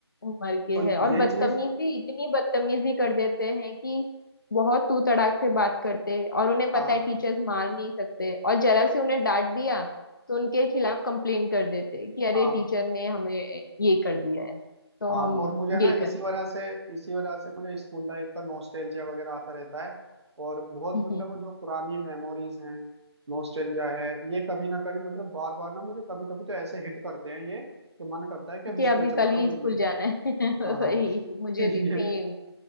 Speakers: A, on the left; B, on the right.
A: उम्र के
B: तो
A: है और
B: ये
A: बदतमीजी
B: चीज
A: इतनी बदतमीजी कर देते हैं कि बहुत तू तड़ाक से बात करते हैं और उन्हें पता
B: हाँ
A: है टीचर्स मार नहीं सकते और जरा से उन्हें डांट दिया तो उनके खिलाफ कंप्लेन कर देते हैं कि अरे
B: हाँ
A: टीचर ने हमें ये कर दिया है तो
B: हाँ
A: हम
B: और मुझे ना
A: ये कर
B: इसी
A: देंगे
B: वजह से इसी वजह से मुझे स्कूल लाइफ का नॉस्टैल्जिया वगैरह आता रहता है और बहुत
A: <laughs>
B: मतलब वो जो पुरानी मेमोरीज हैं नॉस्टैल्जिया है ये कभी ना कभी मतलब बार बार ना मुझे कभी कभी तो ऐसे हिट करते हैं ये कि मन करता है कि अब
A: कि
B: स्कूल
A: अभी
B: चला
A: कल
B: रहा
A: ही
B: हूँ मिलने
A: स्कूल जाना है <laughs>
B: हाँ हाँ
A: वही मुझे
B: <laughs> ये
A: भी सेम